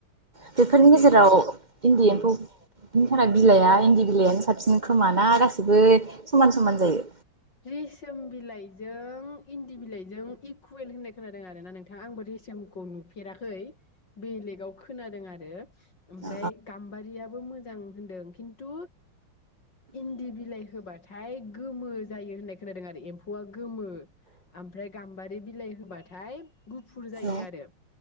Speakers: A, on the right; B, on the left.
A: बेफोरनि
B: एसे
A: गेजेराव इन्दि
B: उम
A: एम्फौ बिनि थाखाय बिलाइआ इन्दि बिलाइानो साबसिन खोमान ना गासिबो समान समान जायो
B: रेसोम बिलाइजो ओ इन्दि बिलाइजों इकुवेल होननाय खोनादों आरना नोंथाङा आंबो रेसमखौ नुफेराखै बेलेगाव खोनादों आरो ओमफ्राय
A: अ
B: गाम्बारिया बो मोजां होनदों खिन्थु इन्दि बिलाइ होबाथाय गोमो जायो होननाय खोनादों आरो एम्फौआ गोमो ओमफ्राय गाम्बारि बिलाइ होबाथाय गुफुर जायो
A: औ
B: आरो